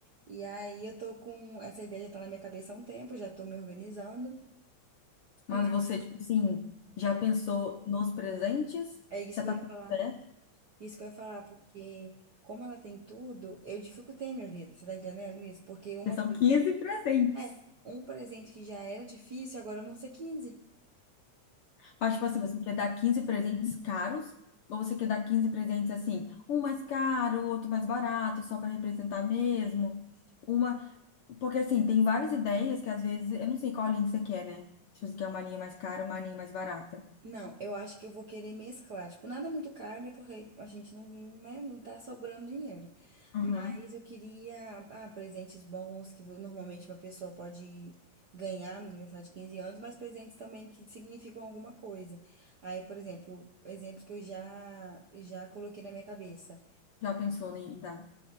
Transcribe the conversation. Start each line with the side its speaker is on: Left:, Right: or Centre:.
Right: E aí eu tô com. Essa ideia já tá na minha cabeça há um tempo, já tô me organizando.
Left: Mas
Right: Mas
Left: você, tipo assim, já pensou nos presentes?
Right: é isso
Left: Já
Right: que
Left: tá
Right: eu ia
Left: tudo
Right: falar.
Left: certo?
Right: Isso que eu ia falar, porque como ela tem tudo, eu dificultei minha vida. Você tá entendendo isso? Porque uma
Left: Porque são
Right: coisa
Left: 15
Right: que era.
Left: presentes.
Right: É, um presente que já era difícil, agora vão ser 15.
Left: Mas, tipo assim, você quer dar 15 presentes caros? Ou você quer dar quinze presentes assim, um mais caro, outro mais barato, só para representar mesmo? Uma. Porque, assim, tem várias ideias que às vezes. Eu não sei qual linha que você quer, né? Se você quer uma linha mais cara ou uma linha mais barata.
Right: Não, eu acho que eu vou querer mesclar. Tipo, nada muito caro, né? Porque a gente não, não, né, não tá sobrando dinheiro.
Left: Uhum.
Right: Mas eu queria, ah, presentes bons, que normalmente uma pessoa pode ganhar no aniversário de 15 anos, mas presentes também que significam alguma coisa. Aí, por exemplo, exemplos que eu já, já coloquei na minha cabeça.
Left: Já pensou em dar?